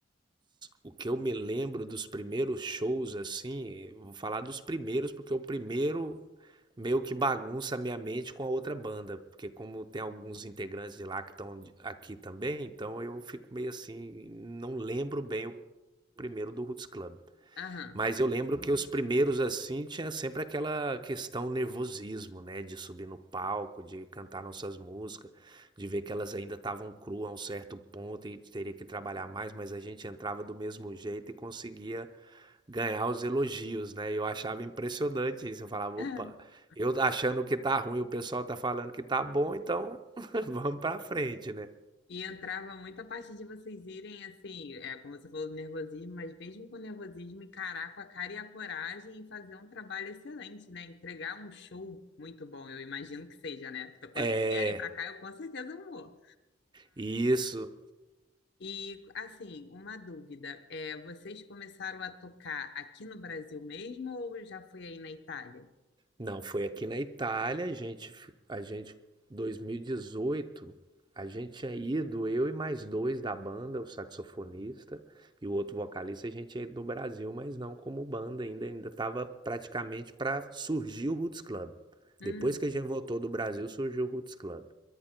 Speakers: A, on the right (about 25°); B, on the left (about 60°).
A: o que eu me lembro dos primeiros shows, assim, vou falar dos primeiros, porque o primeiro meio que bagunça a minha mente com a outra banda, porque como tem alguns integrantes de lá que estão de- aqui também, então eu fico meio assim, não lembro bem o primeiro do Roots Club.
B: Aham.
A: Mas eu lembro que os primeiros assim tinha sempre aquela questão nervosismo, né, de subir no palco, de cantar nossas músicas, de ver que elas ainda estavam cruas a um certo ponto e teria que trabalhar mais, mas a gente entrava do mesmo jeito e conseguia Ganhar os elogios, né, eu achava impressionante isso, eu falava:
B: <laughs>
A: "Opa, eu achando que tá ruim, o pessoal tá falando que tá bom, então <laughs> vamos pra frente, né".
B: E entrava muita parte de vocês irem, assim, é, como você falou, do nervosismo, mas mesmo com o nervosismo, encarar com a cara e a coragem e fazer um trabalho excelente, né? Entregar um show muito bom, eu imagino que seja, né? Então, Quando
A: É,
B: vocês vierem para cá, eu com certeza vou.
A: isso.
B: E assim, uma dúvida, é, vocês começaram a tocar aqui no Brasil mesmo ou já foi aí na Itália?
A: Não, foi aqui na Itália, a gente f a gente 2018, a gente tinha ido, eu e mais 2 da banda, o saxofonista e o outro vocalista, a gente tinha ido no Brasil, mas não como banda ainda, ainda estava praticamente para surgir o Roots Club.
B: Hum,
A: Depois que a gente voltou do Brasil, surgiu o Roots Club.